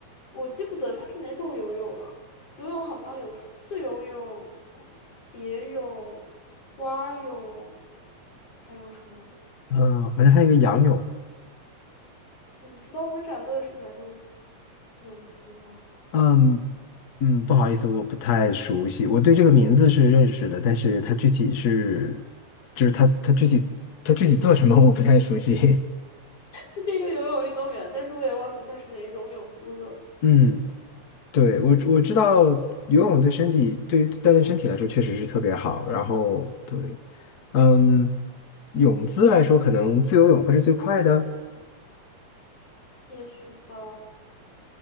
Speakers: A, on the left (about 45°); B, on the left (about 60°).
A: 我记不得他是哪种游泳了。游泳好像有自由泳、蝶泳、蛙泳，还有什么？
B: 嗯，好像还有一个仰泳。
A: 你知道潘展乐是哪种泳姿吗？
B: 嗯，嗯，不好意思，我不太熟悉。我对这个名字是认识的，但是它具体是，就是它它具体它具体做什么 <laughs> 我不太熟悉。
A: 是一个游泳运动员，但是我也忘记他是哪一种泳姿了。
B: <laughs> 嗯，对，我我知道游泳对身体对于锻炼身体来说确实是特别好。然后对，嗯，泳姿来说可能自由泳会是最快的。
A: 也许吧，